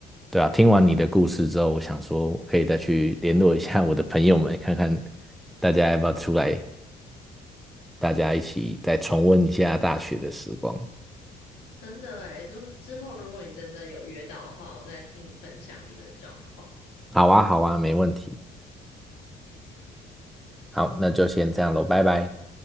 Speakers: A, in the centre; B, on the left.
A: 对啊，听完你的故事之后，我想说，我可以再去联络一下我的朋友们，看看大家要不要出来，大家一起再重温一下大学的时光。
B: 真的诶，之后之后如果你真的有约到的话，我再听你分享你们的状况。
A: 好啊，好啊，没问题。好，那就先这样喽，拜拜。